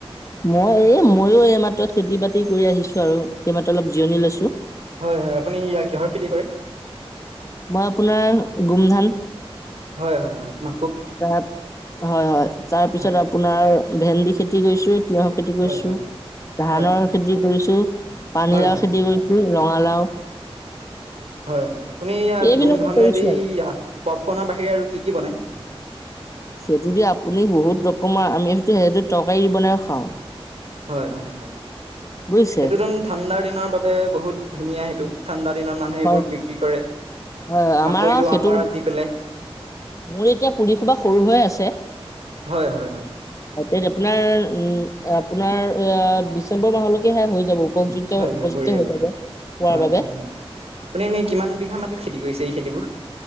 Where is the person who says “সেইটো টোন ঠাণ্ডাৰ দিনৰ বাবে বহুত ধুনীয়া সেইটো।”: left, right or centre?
Right